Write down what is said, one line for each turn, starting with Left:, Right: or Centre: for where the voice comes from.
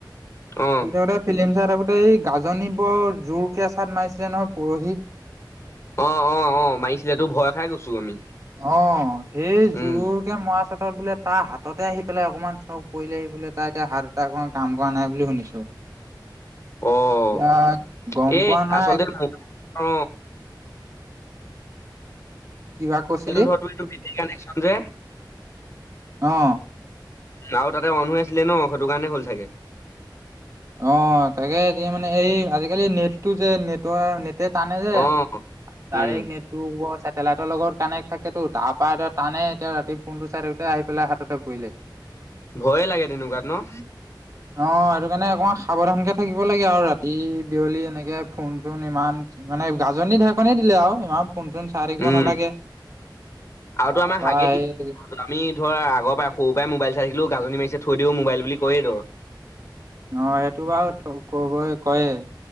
Left: অ',
Right: শুই থাকোতে ফিলিম চাই থাকোতে এই গাজনী বৰ জোৰকে এচাট মাৰিছিলে নহয় পুৰহি।
Left: অ অ অ মাৰিছিলেতো ভয় খাই গৈছো আমি।
Right: অ সেই
Left: উম,
Right: জোৰ মৰা চাতত বোলে তাৰ হাততে আহি পেলাই অকণমান চক পৰিলে আহি বোলে তাৰ এতিয়া হাত এটা অকমান কাম কৰা নাই বুলি শুনিছো। এতিয়া
Left: অ',
Right: গম
Left: এই
Right: পোৱা নাই।
Left: আচলতে মোবাইলৰ অ।
Right: কিবা কৈছিলি
Left: এইটো ধৰ তোৰ <unintelligible> কানেকশ্বন যে
Right: অ'।
Left: আৰু তাতে অন হৈ আছিলে ন, সেইটো কাৰণে হ'ল চাগে।
Right: অ তাকে এতিয়া মানে এই আজিকালি নেটটো যে নেটৰ আ নেট তে তানে যে,
Left: অ
Right: তাৰে
Left: উম
Right: নেট টো উপৰৰ চেটেলাইটৰ লগত কানেক্ট থাকেতো, তাৰ পৰা এতিয়া টানে এতিয়া ৰাতি ফোনটো চাই থাকোঁতে আহি পেলাই হাততে পৰিলে। <inaudible>
Left: ভয়ে লাগে তেনেকুৱাত ন?
Right: অ এইটো কাৰণে অকমান সাৱধানকে থাকিব লাগে আৰু ৰাতি বিয়লি এনেকে ফোন চোন ইমান মানে গাজনি ঢেৰেকনি দিলে আৰু ইমান ফোন চোন চাই থাকিব
Left: উম
Right: নালাগে,
Left: আৰুতো
Right: তাৰপা
Left: আমাৰ হাগে
Right: সেই
Left: দি আমি ধৰ আগৰ পৰাই সৰুৰ পৰাই মোবাইল চাই থাকিলোঁ, গাজনী মাৰিছে থৈ দিওঁ মোবাইল বুলি কৈয়ে দৰ।
Right: অ' সেইটো বাৰু কবই কৈয়েই,